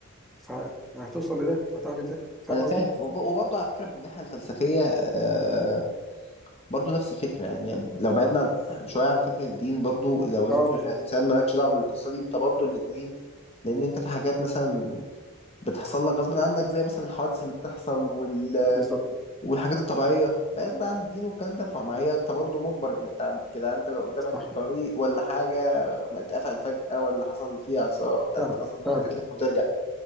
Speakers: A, in the centre; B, on the left.
A: فهتوصل لده فتعمل ده فاهم
B: انا
A: قصدي؟
B: فاهم وب- وبرضه على فكرة من الناحية الفلسفية آه برضه نفس الفكرة يعني لو بعدنا عن شوية عن فكرة الدين برضه لو
A: اه
B: انت
A: بالظبط
B: انسان مالكش دعوة بالقصة دي انت برضه الاتنين لان انت في حاجات مثلا بتحصل لك غصب عنك زي مثلا الحوادث اللي بتحصل وال...
A: بالظبط
B: والحاجات الطبيعية بعيد بقى عن الدين والكلام ده فمعايا انت برضه مجبر انك تعمل كده انت لو قدامك
A: صح
B: طريق ولا حاجة ما اتقفل فجأة ولا حصل فيه اثار بتاع
A: فعلا
B: انت غصب
A: فعلا
B: عنك هتلف وترجع